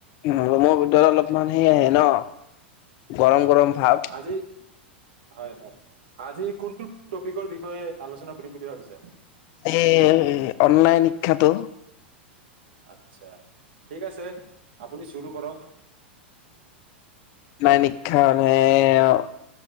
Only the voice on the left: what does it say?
ৰুমৰ ভিতৰত অলপমান হেই আহে ন গৰম গৰম ভাপ।
এই অনলাইন শিক্ষাতো।
অনলাইন শিক্ষা মানে অ।